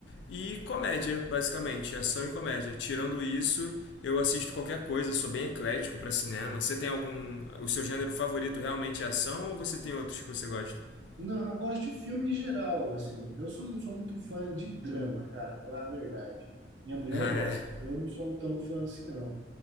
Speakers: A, on the left (about 80°); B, on the right (about 80°).
A: e comédia, basicamente. Ação e comédia. Tirando isso, eu assisto qualquer coisa, sou bem eclético pra cinema. Você tem algum. O seu gênero favorito realmente é ação ou você tem outros que você gosta? <laughs>
B: Não, eu gosto de filme em geral, assim. Eu só não sou muito fã de drama, cara, falar a verdade. Minha mulher
A: Ah,
B: gosta.
A: é.
B: Eu não sou tão fã assim, não.